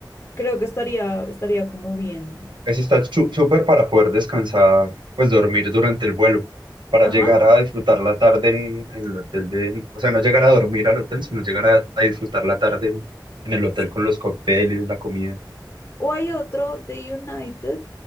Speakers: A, on the left (about 35°); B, on the right (about 85°).
A: Creo que estaría, estaría como bien.
B: ese está chu- súper para poder descansar, pues dormir durante el vuelo, para
A: Ajá.
B: llegar a disfrutar la tarde en, en el hotel de, o sea, no llegar a dormir al hotel, sino llegar a, a disfrutar la tarde en, en el hotel
A: sí.
B: con los cócteles, la comida.
A: O hay otro de United,